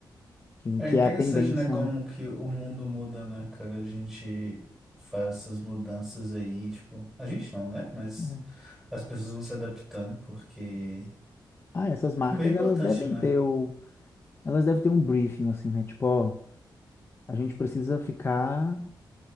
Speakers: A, on the left (about 30°); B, in the centre.
A: que,
B: É
A: que
B: interessante,
A: é a tendência,
B: né, como
A: né?
B: que o mundo muda, né, cara? A gente faz essas mudanças aí, tipo, a gente não, né? Mas
A: É.
B: as pessoas vão se adaptando porque
A: Ah, essas marcas,
B: comer é importante,
A: elas devem
B: né?
A: ter o... Elas devem ter um briefing, assim, né? Tipo, ó, a gente precisa ficar...